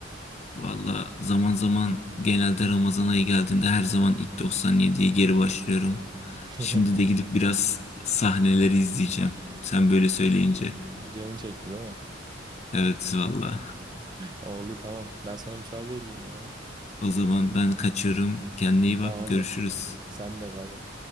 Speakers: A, on the left; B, on the right.
A: Valla zaman zaman genelde Ramazan ayı geldiğinde her zaman ilk 97'ye geri başlıyorum.
B: <laughs>
A: Şimdi de gidip biraz sahneleri izleyeceğim. Sen böyle söyleyince.
B: Canın çekti değil mi?
A: Evet valla.
B: Oldu tamam. Ben sana müsaade edeyim o zaman.
A: O zaman ben kaçıyorum. Kendine iyi
B: Tamamdır.
A: bak. Görüşürüz.
B: Sen de bay bay.